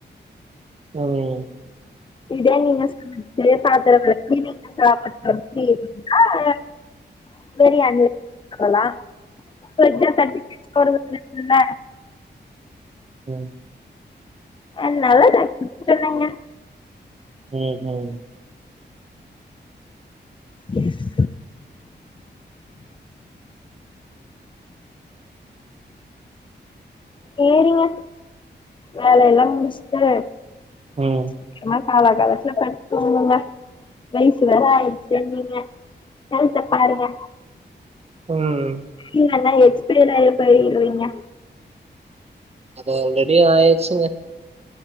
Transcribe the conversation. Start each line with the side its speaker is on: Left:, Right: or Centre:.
Right: உம்
Left: இத நீங்க சமைச்சு பாத்திர விளக்கி வீட்ல சாப்பாடு சமச்சிருந்தா நல்லா... பிரியாணி சொல்லலா, பசிச்சா தட்டுக்கே சோறு வந்துறுதுல.
Right: ம்
Left: அ நல்ல <unintelligible> சொல்லுங்க
Right: உம் உம்.
Left: உம். சேரிங்க வேலயெல்லா முடிஷட்டு
Right: ம்
Left: சீக்கிரமா காலா காலத்துல படுத் தூங்குங்க வயசு வேற ஆயிடுச்சுனிங்க வருத்தபடாதிங்க.
Right: ம்
Left: இல்லனா எக்ஸ்ப்ரீட்ஆய் போய்டுவீங்க.
Right: அது ஆல்ரடி ஆயாச்சுங்க.